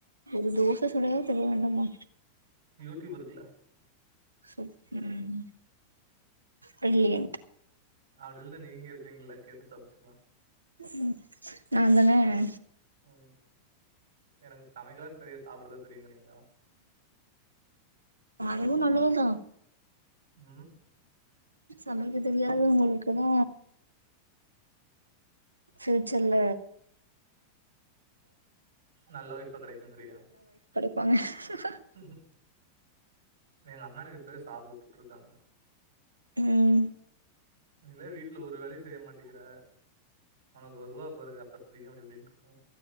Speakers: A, on the right; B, on the right.
A: ஒரு தோச சுடவாது தெரிய வேண்டாமா.
B: யூட் யூப் இருக்குல.
A: உம். பிர்லியன்ட்.
B: அப்படில்ல நீங்க இருக்கீங்கள கேட்டு சமைச்சுக்கலாம்.
A: ம் நான் தான.
B: ம் எனக்கு சமைக்கலாம் தெரியாது. சாப்பிடதா தெரியுங்கிறீங்களா
A: அதுவு நல்லதுதா
B: உ.
A: சமைக்க தெரியாத உங்களுக்குதா. ஃயூச்சர்ல.
B: நல்ல ஒயிப். கிடைக்குங்கிறியா.
A: ஹஹேஹ.
B: உஹஹம். எங்க அம்மா எனக்கு இப்பவே சாபோ உட்டுட்டு இருக்காங்க.
A: ம்
B: நீல்லா வீட்டுல ஒரு வேளை செய். செய்ய மாட்டிங்கிற. உனக்கு வருவா பாறு அப்பத் தெரியு அப்படி இப்படின்னு. உ.